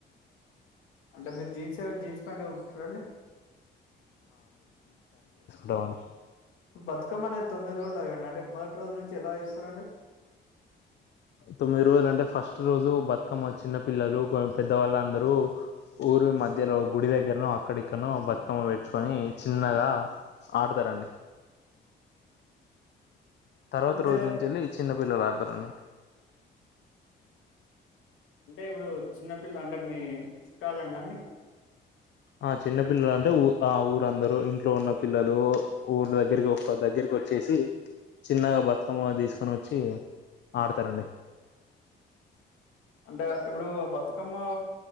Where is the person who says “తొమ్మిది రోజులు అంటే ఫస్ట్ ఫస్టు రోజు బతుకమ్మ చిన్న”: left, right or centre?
Left